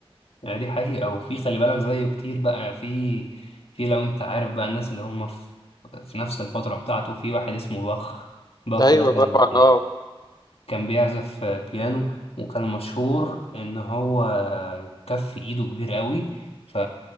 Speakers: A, on the left; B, on the left.
A: يعني دي حقيقة وفي خلي بالك زيه كتير بقى في في لو انت عارف بقى الناس اللي هم في في نفس الفترة بتاعته في واحد اسمه باخ باخ
B: ايوه
A: ده كان
B: طبعا اه
A: كان بيعزف بيانو وكان مشهور ان هو كف ايده كبير قوي ف...